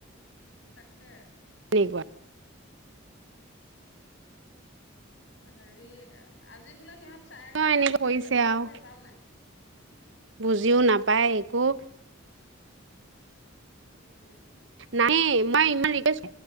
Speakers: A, on the left (about 65°); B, on the right (about 65°).
A: তাকে।
B: তেনেকুৱা।
A: হেৰি, আজি বোলে সিহঁত চাৰে এঘাৰটাত
B: এনেকুৱা
A: গুচি
B: কৰিছে
A: আহিলে, ল'ৰা
B: আৰু
A: ছোৱালী এটাও নাই।
B: বুজিও নাপায় একো
A: উম।
B: নাহে, মই ইমান ৰিকুৱেষ্ট,